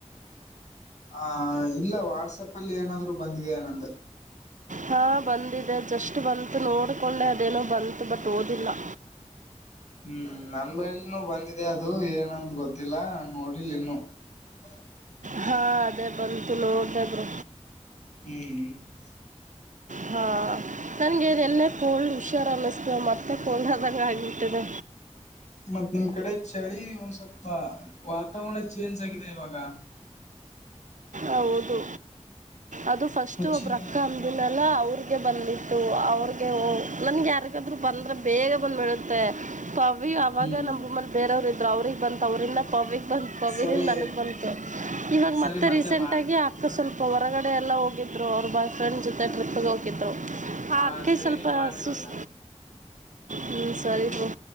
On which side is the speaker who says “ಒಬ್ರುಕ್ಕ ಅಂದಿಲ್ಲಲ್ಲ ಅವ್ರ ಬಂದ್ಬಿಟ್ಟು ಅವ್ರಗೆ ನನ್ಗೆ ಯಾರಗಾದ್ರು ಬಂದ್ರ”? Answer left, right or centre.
Right